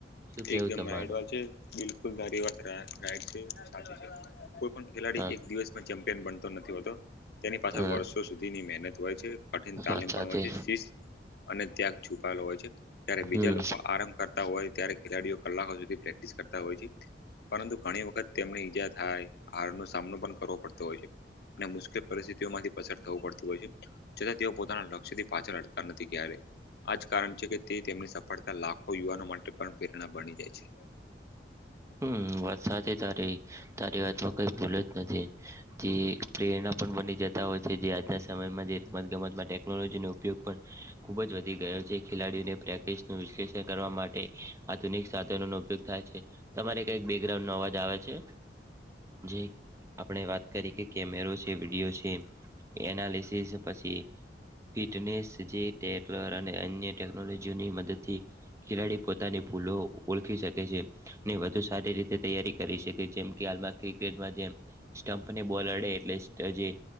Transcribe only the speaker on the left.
એકદમ
રાઈટ વાત છે. બિલકુલ મારી વાત રાઇટ છે. સાચી છે. કોઈ પણ ખેલાડી
એક દિવસમાં ચેમ્પિયન બનતો નથી હોતો. તેની પાછળ
વર્ષો સુધીની મહેનત હોય છે. કઠિન તાલીમ
પણ હોય છે, શિસ્ત અને ત્યાગ છુપાયેલો હોય છે. ત્યારે બીજા
લોકો આરામ કરતા હોય ત્યારે ખેલાડીઓ કલાકો સુધી પ્રેક્ટિસ કરતા હોય છે. પરંતુ ઘણી વખત તેમને ઈજા થાય, હાર નો સામનો પણ કરવો પડતો હોય છે. અને મુશ્કેલ પરિસ્થિતિઓમાંથી પસાર થવું પડતું હોય છે. છતાં તેઓ પોતાના લક્ષ્યથી પાછળ હટતા નથી ક્યારે આ જ કારણ છે કે તે તેમની સફળતા લાખો યુવાનો માટે પણ પ્રેરણા બની જાય છે